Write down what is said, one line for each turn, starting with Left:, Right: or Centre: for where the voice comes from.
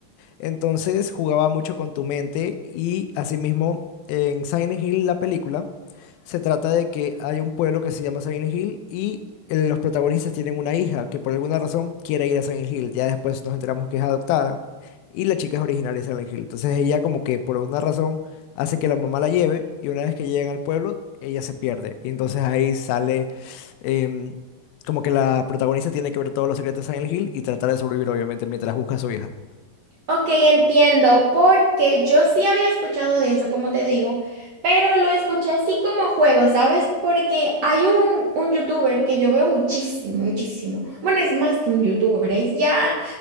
Left: Entonces jugaba mucho con tu mente y asimismo en Silent Hill la película se trata de que hay un pueblo que se llama Silent Hill y eh, los protagonistas tienen una hija que por alguna razón quiere ir a Silent Hill. Ya después nos enteramos que es adoptada y la chica es originaria de Silent Hill. Entonces ella como que por alguna razón hace que la mamá la lleve y una vez que llegan al pueblo ella se pierde. Y entonces ahí sale em, como que la protagonista tiene que ver todos los secretos de Silent Hill y tratar de sobrevivir obviamente mientras busca a su hija.
Right: Ok, entiendo, porque yo sí había escuchado de eso, como te digo, pero lo escuché así como juego, ¿sabes? Porque hay un, un youtuber que yo veo muchísimo, muchísimo. Bueno, es más que un youtuber, es ya